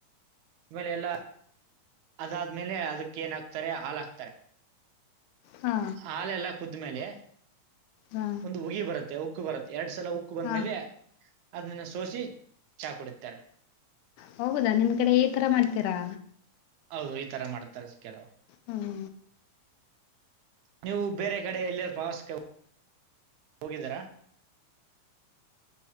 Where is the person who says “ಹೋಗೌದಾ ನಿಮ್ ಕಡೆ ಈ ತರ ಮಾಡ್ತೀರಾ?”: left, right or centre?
Left